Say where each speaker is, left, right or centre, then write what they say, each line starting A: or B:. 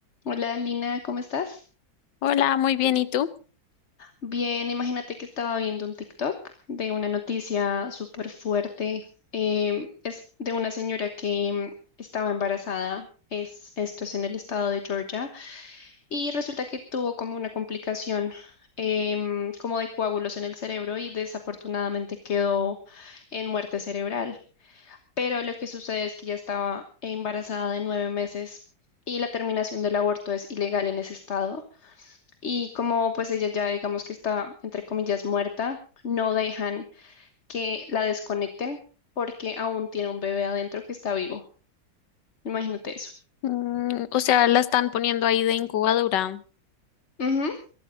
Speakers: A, on the left; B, on the left.
A: Hola Lina, ¿cómo estás?
B: Hola, muy bien, ¿y tú?
A: Bien, imagínate que estaba viendo un TikTok de una noticia súper fuerte. em, es de una señora que em, estaba embarazada, es, esto es en el estado de Georgia, y resulta que tuvo como una complicación em, como de coágulos en el cerebro y desafortunadamente quedó en muerte cerebral. Pero lo que sucede es que ya estaba embarazada de nueve meses y la terminación del aborto es ilegal en ese estado. Y como pues ella ya digamos que está entre comillas muerta, no dejan que la desconecten porque aún tiene un bebé adentro que está vivo. Imagínate eso.
B: Mm, o sea, la están poniendo ahí de incubadora,
A: Ujú,